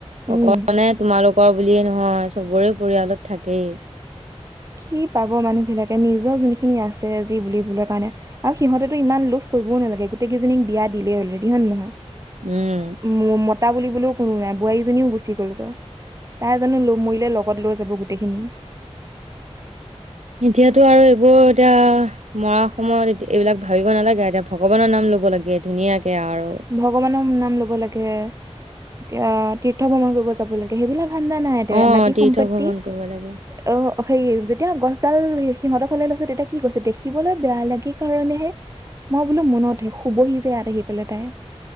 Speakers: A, on the right; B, on the right.
A: উম
B: অকলে তোমালোক কৰ বুলিয়ে নহয় চবৰে পৰিয়ালত থাকেই
A: কি পাব মানুহ বিলাকে নিজৰ যোনখিনি খিনি আছে যি বুল বৰ কাৰণে আৰু সিহঁতে ইমান লোভ কৰিবও নালাগে গোটেই কেইজনীক বিয়া দিলে অলৰেডি হয় নে নহয়
B: উম
A: ম- মতা বুলিবুললেও কোনো নাই বোৱাৰীজনীও গুচি গলগৈ তাই এ জানো লোভ মৰিলে লগত লৈ যাব গোটেইখিনি
B: এতিয়াতো আৰু এইবোৰ এতিয়া মৰা সময়ত এইবিলাক ভাবিব নালাগে এতিয়া ভগৱানৰ নাম ল'ব লাগে ধুনীয়াকে আৰু
A: ভগৱানৰ নাম লব লাগে এতিয়া তীৰ্থ ভ্ৰমণ কৰিব যাব লাগে সেইবিলাক ঠাণ্ডা নাই
B: অ
A: মাটি
B: তীৰ্থ
A: সম্পত্তি
B: ভ্ৰমণ কৰিব লাগে
A: অ সেই যেতিয়া গছডাল সিহঁতৰ ফালে লৈছে তেতিয়া কি কৈছে দেখিবলৈ বেয়া লাগে কাৰণেহে মই বোলো মনতহে শুবহি যে ইয়াত আহি পেলাই তাই